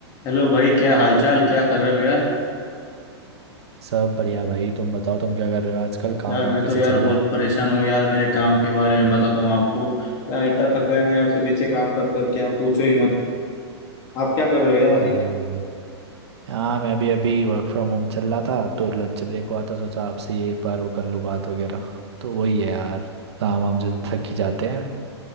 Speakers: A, on the left; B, on the right.
A: Hello भाई क्या हालचाल क्या कर रहे हो यार
B: सब बढ़िया भाई तुम बताओ तुम क्या कर रहे हो आजकल काम
A: यार
B: वाम
A: मैं
B: कैसा
A: तो यार
B: चल
A: बहुत
B: रहा
A: परेशान हूँ यार मेरे काम के बारे में बताता हूँ आपको यार इतना थक गए मैं यार सुबह से काम कर करके आप पूछो ही मत आप क्या कर रहे हो यार
B: है
A: अभी
B: अरे भाई हाँ मैं भी अभी वर्क फ्रॉम होम चल रहा था तो लंच ब्रेक हुआ था सोचा आपसे ही एक बार वो कर लो बात वगैरह तो वही है यार काम वाम से तो थक ही जाते हैं